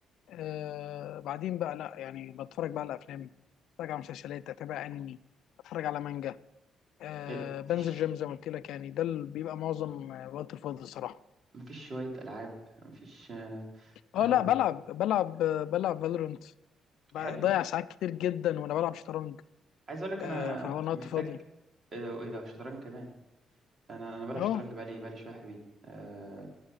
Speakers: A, on the left; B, on the right.
A: آه بعدين بقى لا يعني بتفرج بقى على افلام بتفرج على مسلسلات اتابع انمي بتفرج على مانجا آه
B: إيه،
A: بنزل
B: مفيش
A: جيم زي ما قلت لك يعني ده اللي بيبقى معظم آه، وقت الفاضي الصراحه
B: مفيش شويه العاب مفيش آه،
A: اه
B: قهوه
A: لا بلعب بلعب آه، بلعب فالورنت بضيع
B: حلو
A: ساعات كتير جدا وانا بلعب شطرنج
B: عايز اقول لك
A: آه
B: انا
A: فهو انا وقت
B: محتاج
A: فاضي
B: آه، ايه ده إيه ده؟ شطرنج كمان انا انا بلعب
A: اه
B: شطرنج بقالي بقالي شويه حلوين آه...